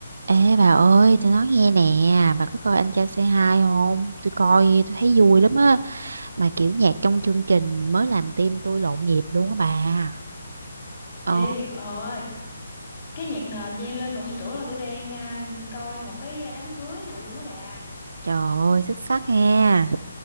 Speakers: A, on the right; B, on the left.
A: Ê bà ơi, tôi nói nghe nè, bà có coi Anh Trai Say Hi không? Tôi coi, tôi thấy vui lắm á. Mà kiểu nhạc trong chương trình mới làm tim tôi lộn nhịp luôn á bà. Ồ,
B: Ê, ơi, cái nhạc nền vang lên mà tôi tưởng là tôi đang à, coi một cái à, đám cưới nè luôn á bà.
A: trời ơi, xuất sắc nha